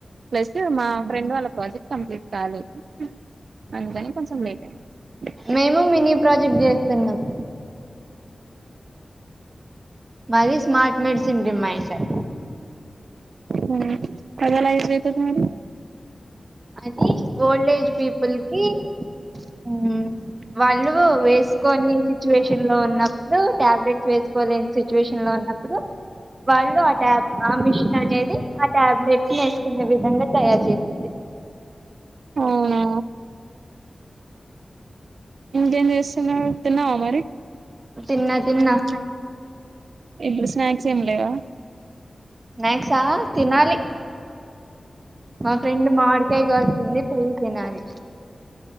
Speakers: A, on the right; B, on the right.
A: ప్లస్ మా ఫ్రెండ్ వాళ్ళ ప్రాజెక్ట్ కంప్లీట్ కాలేదు అందుకని కొంచం లేట్ అయింది <unintelligible>
B: మేము మినీ ప్రాజెక్ట్ చేస్తున్నాం మాది స్మార్ట్ మెడిసిన్ రిమైండర్
A: హ్మ్మ్ ఫైనలైజ్ అయితది మరి
B: అది ఓల్డేజ్ పీపుల్ కి ఉ వాళ్ళు వేసుకోని సిచ్యువేషన్ లో ఉన్నప్పుడు టాబ్లెట్స్ వేసుకోలేని సిచ్యువేషన్ లో ఉన్నప్పుడు వాళ్ళు ఆ టబ్ ఆ మిషన్ అనేది ఆ టాబ్లెట్స్ వేసుకునే విధంగా తయారు చేసింది
A: అవునా ఇంక ఏం చేస్తున్నావ్ తిన్నావా మరి
B: తిన్నా
A: తిన్న
B: తిన్నా
A: తిన్న ఇపుడు స్నాక్స్ ఏం లేవా
B: స్నాక్సా తినాలి మా ఫ్రెండ్ మామిడికాయ కోసింది పొయ్యి తినాలి